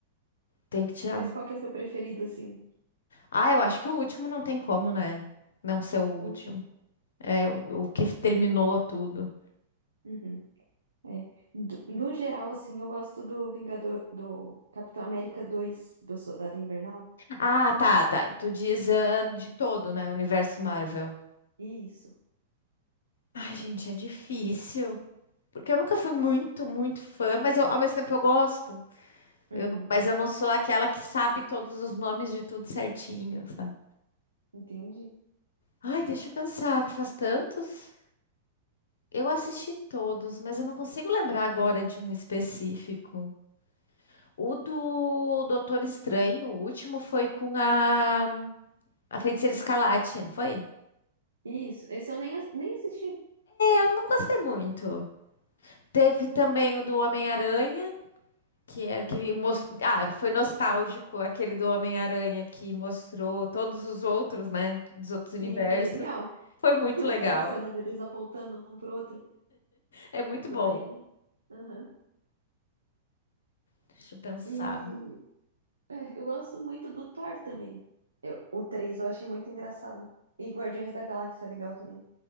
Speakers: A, on the left; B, on the right.
A: Tem que tirar
B: Mas
A: um.
B: qual que é seu preferido, assim?
A: Ah, eu acho que o último não tem como, né? Não ser o último.
B: O último?
A: É, o, o que terminou tudo.
B: Uhum. É. Do, no geral, assim, eu gosto do Vingador, do Capitão América 2 do Soldado Invernal.
A: Ah, tá, tá. E tu diz ah, de todo, né? O universo Marvel.
B: Isso.
A: Ai, gente, é difícil. Porque eu nunca fui muito, muito fã, mas eu- ao mesmo tempo eu gosto. Eu
B: Uhum.
A: não- mas eu não sou aquela que sabe todos os nomes de tudo certinho, sabe?
B: Entendi.
A: Ai, deixa eu pensar, que faz tantos. Eu assisti todos, mas eu não consigo lembrar agora de um específico. O do Doutor Estranho, o último foi com a, a Feiticeira Escarlate, não foi?
B: Isso. Esse eu nem, as- nem assisti.
A: Eu não gostei muito. Teve também o do Homem-Aranha, que era que mos- ah, foi nostálgico aquele do Homem-Aranha que mostrou todos os outros, né, dos outros
B: Sim,
A: universos.
B: foi genial.
A: Foi muito
B: <laughs>
A: legal.
B: Aquela cena deles apontando um pro outro,
A: É muito
B: do
A: bom.
B: meme. Aham.
A: Deixa eu pensar.
B: E é, eu gosto muito do Thor também. Eu- o 3 eu achei muito engraçado. E Guardiões da Galáxia é legal também.